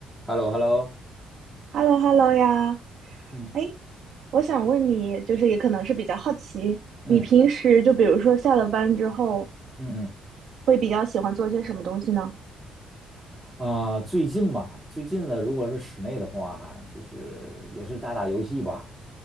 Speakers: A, in the centre; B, on the right.
A: h e l l o h e l l o
B: h e l l o h e l l o 呀，
A: 嗯
B: 哎，我想问你，就是也可能是比较好奇，
A: 嗯
B: 你平时就比如说下了班之后，
A: 嗯嗯
B: 会比较喜欢做些什么东西呢？
A: 啊、最近嘛，最近呢，如果是室内的话，就是也是打打游戏吧。